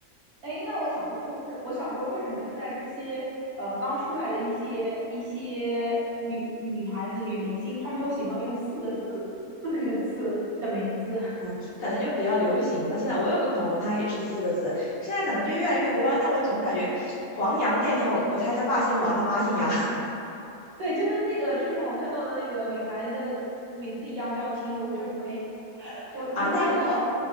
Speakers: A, on the right; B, on the left.
A: 哎，那我想，我我想说，为什么现在这些呃刚出来的一些一些女女孩子、女明星，她们都喜欢用四个字、四个字的名字？<laughs>
B: 嗯，可能就比较流行吧。现在我有个朋友，他也是四个字，现在可能就越来越多了，但我总感觉黄洋电天，我我猜他爸姓黄，他妈姓杨。
A: 对，就跟那个之前我看到的那个女孩的名字一样，叫秦由正威。<laughs> 我你会发现好，
B: 啊，那个